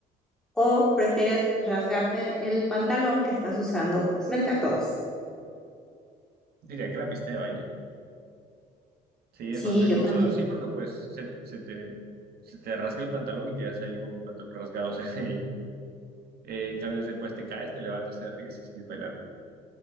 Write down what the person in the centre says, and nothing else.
o prefieres rasgarte el pantalón que estás usando frente a todos?
Sí,
yo también.